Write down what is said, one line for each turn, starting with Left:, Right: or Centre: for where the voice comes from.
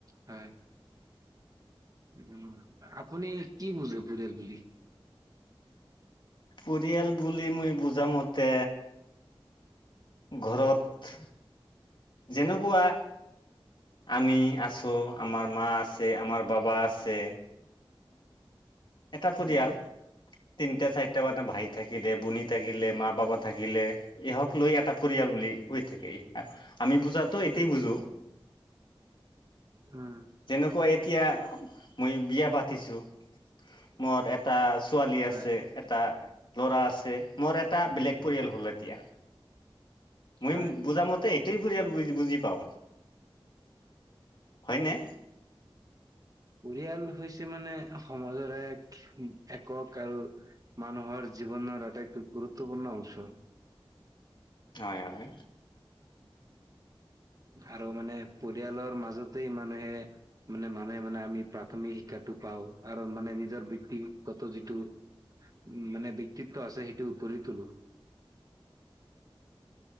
Right: হয় উম, আপুনি কি বুজে পৰিয়াল বুলি?
Left: পৰিয়াল বুলি মই বুজামতে ঘৰত যেনেকুৱা আমি আছো, আমাৰ মা আছে, আমাৰ বাবা আছে এটা পৰিয়াল
Right: উম
Left: তিনিটা চাৰিটা মানে ভাই থাকিলে বুনি থাকিলে মা বাবা থাকিলে। এহক লৈ এটা পৰিয়াল বুলি হৈ থাকে আমি বুজাতো এটোয়ে বুজো।
Right: উম,
Left: যেনেকুৱা এতিয়া মই বিয়া পাতিছোঁ মোৰ এটা ছোৱালী
Right: হয়
Left: আছে এটা ল'ৰা আছে মোৰ এটা বেলেগ পৰিয়াল হ'ল এতিয়া। মই
Right: হয়
Left: বুজামতেই পৰিয়াল বুজি পাওঁ। হয়নে?
Right: পৰিয়াল হৈছে মানে সমাজৰ এক একক আৰু মানুহৰ জীৱনৰ আটাইতকৈ গুৰুত্বপূৰ্ণ অংশ।
Left: হয়, হয়।
Right: আৰু মানে পৰিয়ালৰ মাজতে মানে মানে মানে আমি প্ৰাথমিক শিক্ষাটো পাওঁ আৰু মানে নিজৰ বক্তিগত যিটো উম, মানে বক্তিত্ব আছে সেইটো গঢ়ি টোলো